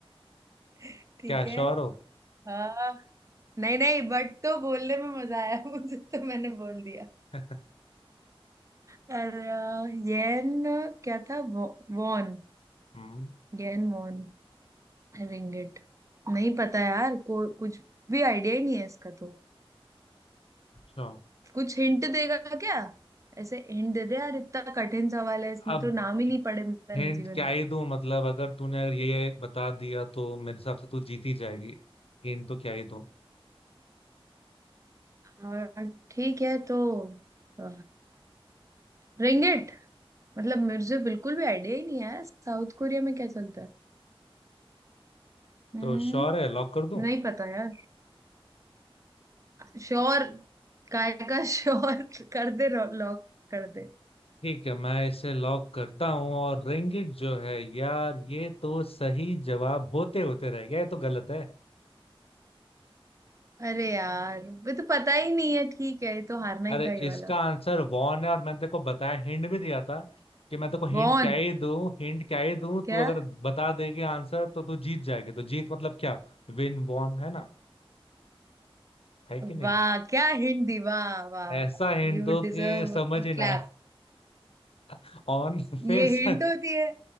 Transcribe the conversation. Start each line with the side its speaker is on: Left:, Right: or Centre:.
Right: <laughs> ठीक
Left: क्या श्योर
Right: है
Left: हो
Right: हाँ नहीं नहीं बट तो बोलने में मजा आया <laughs> मुझे तो मैंने बोल दिया
Left: <laughs>
Right: और अ, येन क्या था वॉन
Left: हम्म,
Right: गेन वॉन रिंगेट नहीं पता यार को कुछ भी आइडिया ही नहीं है इसका तो
Left: अच्छा
Right: कुछ हिंट देगा क्या ऐसे हिंट दे दे यार इतना कठिन सवाल है इसमें
Left: अब
Right: तो नाम ही नहीं पढ़े मैंने
Left: हिंट
Right: जीवन
Left: क्या
Right: में
Left: ही दूं मतलब अगर तूने अगर ये ये बता दिया तो मेरे हिसाब से तू जीत ही जाएगी हिंट तो क्या ही दूं
Right: और ठीक है तो अ, रिंगिट मतलब मुझे बिल्कुल भी आइडिया ही नहीं है साउथ कोरिया में क्या चलता है हम्म
Left: तो श्योर है लॉक कर दूं
Right: नहीं पता यार श्योर काय का श्योर <laughs> कर दे लॉक कर दे
Left: ठीक है मैं इसे लॉक करता हूं और रिंगिट जो है यार ये तो सही जवाब होते होते रह गया ये तो गलत है
Right: अरे यार ये तो पता ही नहीं है ठीक है ये तो हारना ही
Left: अरे
Right: था ये वाला
Left: इसका आंसर वॉन है और मैंने तेरे को बताया हिंट भी दिया था कि मैं तेरे को हिंट
Right: वॉन
Left: क्या ही दूं हिंट क्या ही दूं तू
Right: क्या
Left: अगर बता देगी आंसर तो तू जीत जाएगी तो जीत मतलब क्या विन वॉन है ना है कि नहीं
Right: वाह क्या हिंट दी वाह वाह
Left: ऐसा
Right: वाह,
Left: हिंट
Right: यू
Left: दो
Right: डिजर्व
Left: कि समझ
Right: अ
Left: ही
Right: क्लैप
Left: ना आए <laughs> On face
Right: ये हिंट होती है